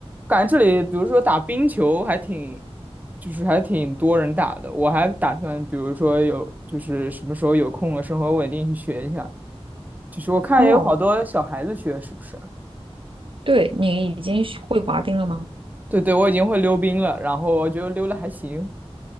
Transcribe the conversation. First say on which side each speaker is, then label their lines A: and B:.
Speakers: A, on the right; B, on the right.
A: 感觉这里比如说打冰球还挺，就是还挺多人打的。我还打算，比如说有就是什么时候有空了，生活稳定去学一下。就是我看也有好多小孩子学，
B: 哦，
A: 是不是？
B: 对，你已经学会滑冰了吗？
A: 对对，我已经会溜冰了，然后我觉得溜了还行，